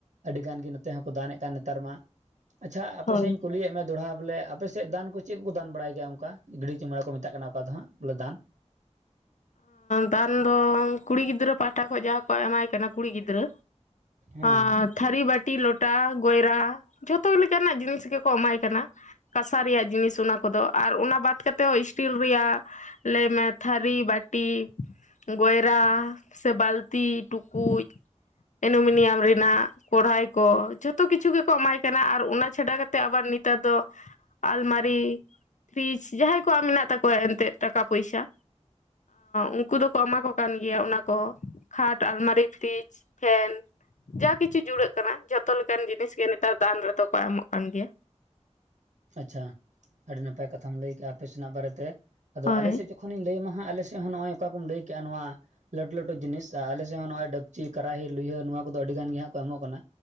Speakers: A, on the right; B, on the left.
A: ᱟᱹᱰᱤᱜᱟᱱ ᱜᱮ ᱱᱚᱛᱮ ᱦᱚᱸᱠᱚ ᱫᱟᱱᱮᱫ ᱠᱟᱱ ᱱᱮᱛᱟᱨ ᱢᱟ ᱟᱪᱪᱷᱟ ᱟᱯᱮ
B: ᱦᱳᱭ
A: ᱥᱮᱫ ᱤᱧ ᱠᱩᱞᱤᱭᱮᱫ ᱢᱮ ᱫᱚᱲᱦᱟ ᱵᱚᱞᱮ ᱟᱯᱮ ᱪᱮᱫ ᱫᱟᱱ ᱠᱚ ᱪᱮᱫ ᱠᱚ ᱫᱟᱱ ᱵᱟᱲᱟᱭ ᱜᱮᱭᱟ ᱚᱱᱠᱟ ᱜᱤ ᱪᱩᱢᱟᱹᱲᱟ ᱠᱚ ᱢᱮᱛᱟᱜ ᱠᱟᱱᱟ ᱚᱠᱟ ᱫᱚ ᱦᱟᱸᱜ ᱵᱚᱞᱮ ᱫᱟᱱ
B: ᱫᱟᱱ ᱫᱚ ᱠᱩᱲᱤ ᱜᱤᱫᱽᱨᱟᱹ ᱯᱟᱦᱴᱟ ᱠᱷᱚᱱ ᱡᱟᱦᱟᱸ ᱠᱚ ᱮᱢᱟᱭ ᱠᱟᱱᱟ ᱠᱩᱲᱤ ᱜᱤᱫᱽᱨᱟᱹ
A: ᱦᱮᱸ
B: ᱟᱨ ᱛᱷᱟᱹᱨᱤ ᱵᱟᱹᱴᱤ ᱞᱚᱴᱟ ᱜᱚᱭᱨᱟ ᱡᱷᱚᱛᱚ ᱞᱮᱠᱟᱱᱟᱜ ᱡᱤᱱᱤᱥ ᱜᱮ ᱠᱚ ᱮᱢᱟᱭ ᱠᱟᱱᱟ ᱠᱟᱥᱟ ᱨᱮᱭᱟᱜ ᱡᱤᱱᱤᱥ ᱚᱱᱟ ᱠᱚ ᱫᱚ ᱟᱨ ᱚᱱᱟ ᱵᱟᱫ ᱠᱟᱛᱮᱫ ᱦᱚᱸ ᱤᱥᱴᱤᱞ ᱨᱮᱭᱟᱜ ᱞᱮ ᱢᱮ ᱛᱷᱟᱨᱤ ᱵᱟᱴᱤ ᱴᱤ ᱜᱚᱭᱨᱟ ᱥᱮ ᱵᱟᱹᱞᱛᱤ ᱴᱩᱠᱩᱡ ᱮᱞᱩᱢᱤᱱᱤᱭᱟᱢ ᱨᱮᱱᱟᱜ ᱠᱚᱲᱦᱟᱭ ᱠᱚ ᱡᱷᱚᱛᱚ ᱠᱤᱪᱷᱩ ᱜᱮ ᱠᱚ ᱮᱢᱟᱭ ᱠᱟᱱᱟ ᱟᱨ ᱚᱱᱟ ᱪᱷᱟᱰᱟ ᱠᱟᱛᱮᱫ ᱛᱮ ᱟᱵᱟᱨ ᱱᱮᱛᱟᱨ ᱫᱚ ᱟᱞᱢᱟᱨᱤ ᱯᱷᱨᱤᱡᱽ ᱡᱟᱦᱟᱸᱭ ᱠᱚᱣᱟᱜ ᱢᱮᱱᱟᱜ ᱛᱟᱠᱚᱣᱟ ᱮᱱᱛᱮᱫ ᱴᱟᱠᱟ ᱯᱚᱭᱥᱟ ᱩᱱᱠᱩ ᱫᱚ ᱠᱚ ᱮᱢᱟ ᱠᱚ ᱠᱟᱱ ᱜᱮᱭᱟ ᱚᱱᱟ ᱠᱚ ᱠᱷᱟᱴ ᱟᱞᱢᱟᱨᱤ ᱯᱷᱨᱤᱡᱽ ᱯᱷᱮᱱ ᱡᱟ ᱠᱤᱪᱷᱩ ᱡᱩᱲᱟᱹᱜ ᱠᱟᱱᱟ ᱡᱷᱚᱛᱚ ᱞᱮᱠᱟᱱ ᱡᱤᱱᱤᱥ ᱜᱮ ᱱᱮᱛᱟᱨ ᱫᱟᱱ ᱨᱮ ᱫᱚ ᱠᱚ ᱮᱢᱚᱜ ᱠᱟᱱ ᱜᱮᱭᱟ‌᱾
A: ᱟᱪᱪᱷᱟ ᱟᱹᱰᱤ ᱱᱟᱯᱟᱭ ᱠᱟᱛᱷᱟᱢ ᱞᱟᱹᱭ ᱠᱮᱫᱮᱜᱼᱟ ᱟᱯᱮ ᱥᱮᱱᱟᱜ ᱵᱟᱨᱮᱛᱮ ᱟᱫᱚ
B: ᱦᱳᱭ
A: ᱟᱞᱮᱥᱮᱫ ᱡᱚᱠᱷᱚᱱ ᱠᱷᱚᱱᱤᱧ ᱞᱟᱹᱭᱟᱢᱟ ᱦᱟᱸᱜ ᱟᱞᱮᱫ ᱦᱚᱸ ᱱᱚᱜᱼᱚᱭ ᱚᱠᱟ ᱠᱚᱢ ᱞᱟᱹᱭ ᱠᱮᱜᱼᱟ ᱱᱚᱣᱟ ᱞᱟᱹᱴᱩ ᱞᱟᱹᱴᱩ ᱡᱤᱱᱤᱥ ᱟᱨ ᱟᱞᱮ ᱥᱮᱫ ᱦᱚᱸ ᱱᱚᱜᱼᱚᱭ ᱰᱮᱠᱪᱤ ᱠᱟᱨᱟᱦᱤ ᱞᱩᱭᱦᱟᱹ ᱱᱚᱣᱟ ᱠᱚ ᱫᱚ ᱟᱹᱰᱤ ᱜᱟᱱ ᱜᱮ ᱦᱟᱸᱜ ᱠᱚ ᱮᱢᱚᱜ ᱠᱟᱱᱟ